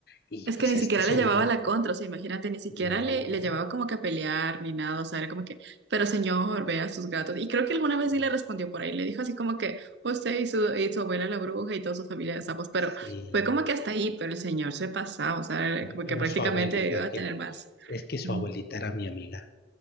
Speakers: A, on the left; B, on the right.
A: y
B: Es
A: pues
B: que ni siquiera
A: este señor,
B: le llevaba la contra, o sea, imagínate, ni siquiera
A: no,
B: le, le llevaba como que a pelear ni nada, o sea, era como que, pero señor, vea sus gatos. Y creo que alguna
A: sí,
B: vez sí le respondió por ahí, le dijo así como que usted y su, y su abuela la bruja y toda su familia de sapos, pero
A: sí,
B: fue como que hasta ahí, pero el señor se pasaba, o sea, era como
A: ay, pero
B: que prácticamente
A: su abuelita,
B: iba a
A: que
B: tener más.
A: es que su
B: Mm.
A: abuelita era mi amiga,